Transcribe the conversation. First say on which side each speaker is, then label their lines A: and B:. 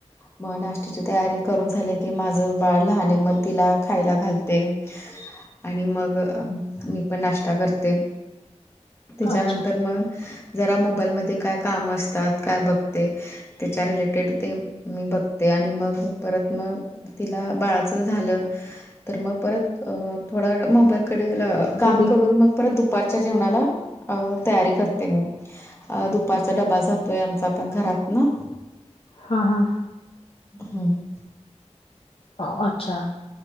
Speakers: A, on the left; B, on the left.
A: म नाश्ट्याची तयारी करून झाली की माझं बाळ लहाने म तिला खायला घालते.
B: ह <inaudible>
A: आणि मग मी पण नाश्ता करते त्याच्यानंतर
B: अच्छा
A: म जरा मोबाईलमध्ये काय काम असतात काय बघते. त्याच्या रिलेटेड ते मी बघते आणि मग परत म तिला बाळाचं झालं तर म परत अ थोड्या वेळ मोबाईलकडे ल काम
B: तर मी
A: करून मग. परत दुपारच्या जेवणाला अ तयारी करते मी. अ दुपारचा डबा सात वायाम <unintelligible> जातोय घरात न.
B: हां हां.
A: हम्म.
B: अ -ओ अच्छा